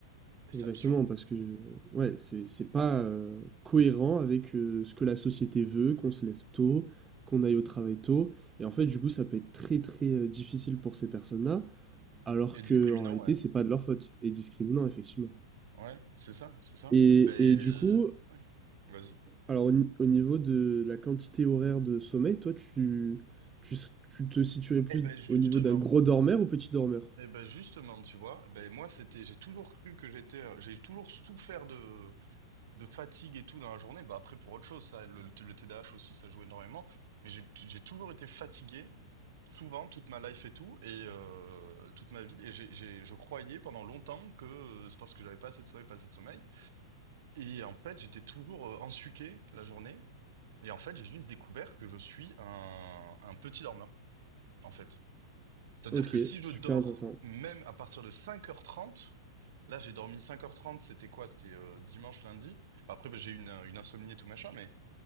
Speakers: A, on the right; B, on the right.
A: Et c'est
B: Exactement,
A: absurde.
B: parce que ouais, c'est c'est pas euh, cohérent avec euh, ce que la société veut, qu'on se lève tôt, qu'on aille au travail tôt. Et en fait, du coup, ça peut être très très euh, difficile pour ces personnes-là, alors
A: Et discriminant,
B: que en réalité,
A: ouais.
B: c'est pas de leur faute. Et discriminant, effectivement.
A: Ouais, c'est ça, c'est ça.
B: Et,
A: Ben, euh,
B: et du coup,
A: ouais. Vas-y.
B: Alors, au, ni- au niveau de la quantité horaire de sommeil, toi, tu, tu, s- tu te situerais plus
A: Eh ben, justement.
B: au niveau d'un gros dormeur ou petit dormeur?
A: Eh ben justement, tu vois, ben moi c'était, j'ai toujours cru que j'étais, euh, j'ai toujours souffert de, de fatigue et tout dans la journée. Bah après pour autre chose, ça, le, le TDAH aussi ça joue énormément, mais j'ai j'ai toujours été fatigué, souvent toute ma life et tout et euh, toute ma vie. Et j'ai, j'ai, je croyais pendant longtemps que euh, c'est parce que j'avais pas assez de sommeil, pas assez de sommeil. Et en fait j'étais toujours euh, ensuqué la journée. Et en fait j'ai juste découvert que je suis un, un petit dormeur en fait. C'est-à-dire
B: Ok,
A: que si
B: super
A: je dors
B: intéressant.
A: même à partir de cinq heures trente, là j'ai dormi cinq heures trente, c'était quoi? C'était euh, dimanche, lundi. Bah, après, bah, j'ai eu une, une insomnie et tout machin, mais,